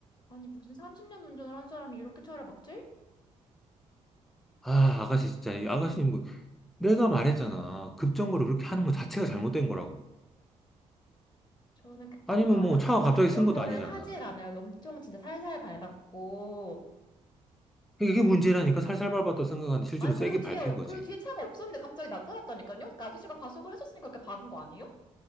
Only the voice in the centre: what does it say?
아, 아가씨, 진짜, 이 아가씨, 뭐, 내가 말했잖아. 급정거를 그렇게 하는 거 자체가 잘못된 거라고.
아니면
뭐,
차가
갑자기
쓴 것도 아니잖아.
이게 문제라니까 살살 밟았다 생각하는데 실제로
세게
밟힌
거지.